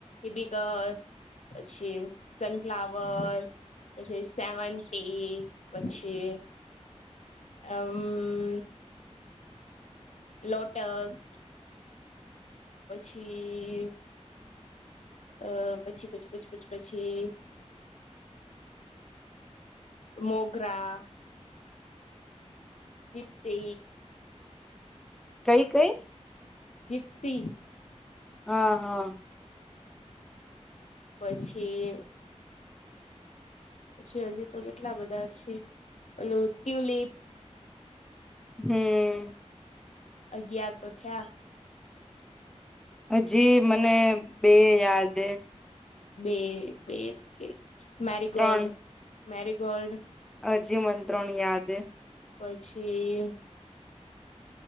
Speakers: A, on the left; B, in the centre.
A: એિબિકસ પછી, સનફ્લાવર પછી, સેવન્ટી, પછી એમ હ, લોટસ પછી અ, પછી, પછી, પછી, પછી, પછી મોગરા ચીપસે
B: કઈ કઈ
A: જીપ્સી
B: હા હા.
A: પછી જી હજી તો કેટલા બધા છે અને ટ્યુલિપ
B: હમ્મ.
A: અગિયાર તો થયા.
B: હજી મને બે યાદ
A: બે બે મેરીગોલ્ડ
B: ત્રણ
A: મેરીગોલ્ડ
B: હજી મંત્રોણ યાદ
A: પછી